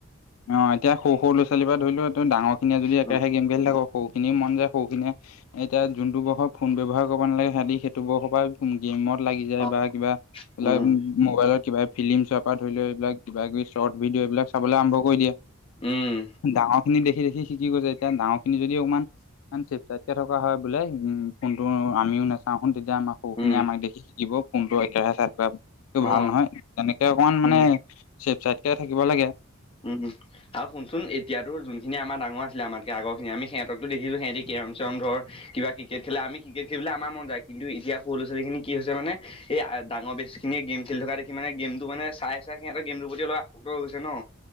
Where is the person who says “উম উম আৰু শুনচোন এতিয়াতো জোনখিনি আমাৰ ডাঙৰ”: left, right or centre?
Left